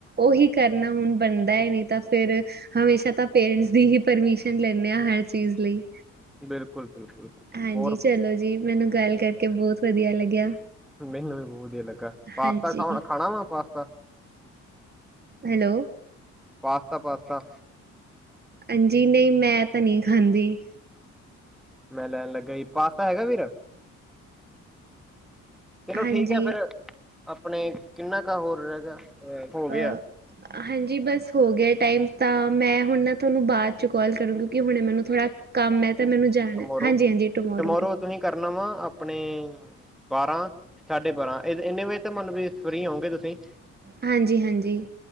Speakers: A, on the right; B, in the centre.
A: ਉਹੀ ਕਰਨਾ ਹੁਣ ਬਣਦਾ ਹੈ ਨਈ ਤਾਂ ਫੇਰ ਹਮੇਸ਼ਾ ਤਾਂ ਪੇਰੈਂਟਸ ਦੀ ਹੀ ਪਰਮਿਸ਼ਨ ਲੈ ਨੇ ਆ ਹਰ ਚੀਜ਼ ਲਈ
B: ਬਿਲਕੁਲ ਬਿਲਕੁਲ
A: ਹਾਂਜੀ
B: ਹੋਰ
A: ਚਲੋ ਜੀ ਮੈਨੂੰ ਗੱਲ ਕਰ ਕੇ ਬੌਤ ਵਧੀਆ ਲੱਗਿਆ
B: ਮੈਨੂੰ ਵੀ ਬੋਧ ਵਦੀਆ ਲੱਗਾ ਪਾਸਤਾ
A: ਹਾਂਜੀ
B: ਖਾ, ਖਾਣਾ ਵਾ ਪਾਸਤਾ
A: ਹੈਲੋ
B: ਪਾਸਤਾ-ਪਾਸਤਾ
A: ਆਂਜੀ ਨਈ ਮੈਂ ਤਾ ਨਈ ਖਾਂਦੀ।
B: ਮੈਂ ਲੈਣ ਲੱਗਾ ਈ ਪਾਸਤਾ ਹੈਗਾ ਵੀਰ? ਚਲੋ
A: ਹਾਂਜੀ।
B: ਠੀਕ ਐ ਫਿਰ, ਆਪਣੇ ਕਿੰਨਾ ਕੁ ਹੋਰ ਰੈ ਗਿਆ ਅ ਹੋ
A: ਅ
B: ਗਿਆ।
A: ਹਾਂਜੀ ਬਸ ਹੋ ਗਿਆ ਟਾਈਮ ਤਾਂ ਮੈਂ ਹੁਣ ਨਾ ਤੁਆਨੂੰ ਬਾਅਦ 'ਚ ਕਾੱਲ ਕਰੂੰਗੀ ਕਿਉਂਕਿ ਹੁਣੇ ਮੈਨੂੰ ਥੋੜ੍ਹਾ ਕੰਮ ਐ ਤਾ ਮੈਨੂੰ ਜਾਣਾ
B: ਕਰੋ
A: ਹਾਂਜੀ ਹਾਂਜੀ ਟਮੋਰੋ
B: ਟੁਮੋਰੋ
A: ਟਮੋਰੋ
B: ਤੁਹੀਂ ਕਰਨਾ ਵਾ ਆਪਣੇ ਬਾਰਾਂ- ਸਾਢੇ ਬਾਰਾਂ ਏਨੇ ਵਜੇ ਤਾਂ ਮਲ ਵੀ ਫਰੀ ਹੋਓਗੇ ਤੁਸੀਂ?
A: ਹਾਂਜੀ-ਹਾਂਜੀ।